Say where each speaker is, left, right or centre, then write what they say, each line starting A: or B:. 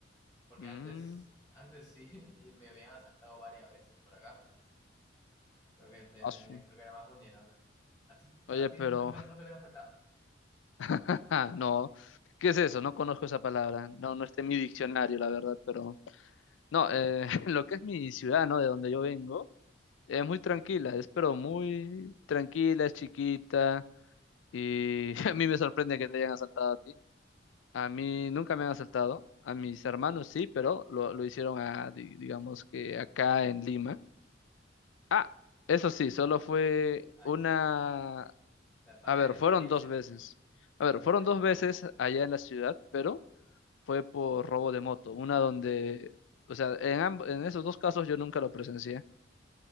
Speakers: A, on the left; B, on the left.
A: Porque
B: mm,
A: antes, antes sí <laughs> me habían asaltado varias veces por acá. Creo que te,
B: asu.
A: creo que era más vulnerable. ¿A ti,
B: Oye,
A: a ti
B: pero
A: no te- nunca te han asaltado?
B: <laughs> no, ¿qué es eso? No conozco esa palabra. No, no está en mi diccionario, la verdad, pero no, eh, <laughs> lo que es mi ciudad, ¿no? De donde yo vengo, es muy tranquila, es pero muy tranquila, es chiquita y <laughs> a mí me sorprende que te hayan asaltado a ti. A mí nunca me han asaltado, a mis hermanos sí, pero lo, lo hicieron a, di- digamos que acá en Lima. Ah, Eso sí, solo fue
A: Ay,
B: una
A: o sea, parte
B: A ver,
A: de la experiencia,
B: fueron dos veces. A ver,
A: parte
B: fueron
A: de la experiencia.
B: dos veces allá en la ciudad, pero fue por robo de moto. Una donde, o sea, en, amb- en esos dos casos yo nunca lo presencié.